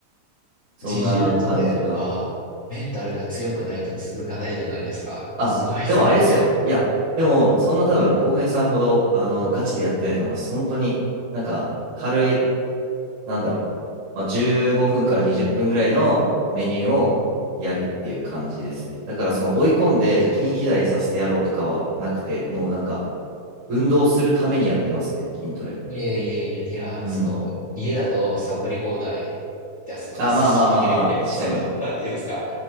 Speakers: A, on the right; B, on the left.
A: そんな感じが。
B: 自重トレはメンタルが強くないと続かないじゃないですか。
A: あ、
B: すごいですね。
A: でもあれですよ。いや、でも、そんな多分、浩平さんほど、あの、ガチでやってないと思います。本当に、なんか、軽い、なんだろう、まあ、15分から20分ぐらいのメニューをやるっていう感じですね。だから、その追い込んで、じゃあ筋肥大させてやろうとかはなくて、もうなんか、運動するためにやってますね、筋トレ。
B: いやいやいや、いや、
A: うん。
B: その、家だとサボり放題です、
A: あ、
B: <laughs> ですしね。
A: まあまあまあまあ、確かに、
B: <laughs> その、なんていうんですか。